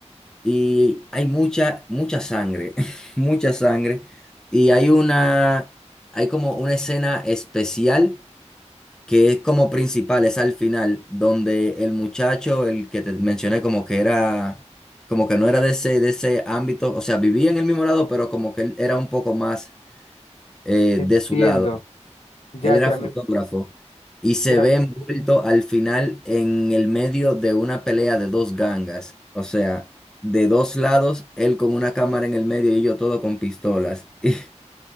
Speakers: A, in the centre; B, on the left (about 55°).
A: Y hay mucha, mucha sangre, <laughs> mucha sangre. Y hay una, hay como una escena especial que es como principal, es al final, donde el muchacho, el que te mencioné, como que era, como que no era de ese, de ese ámbito, o sea, vivía en el mismo lado, pero como que él era un poco más eh,
B: Entiendo.
A: de su lado.
B: Ya,
A: Él era
B: ya
A: fotógrafo
B: me,
A: y se
B: ya,
A: ve envuelto al final en el medio de una pelea de dos gangas, o sea, de dos lados, él con una cámara en el medio y yo todo con pistolas. <laughs>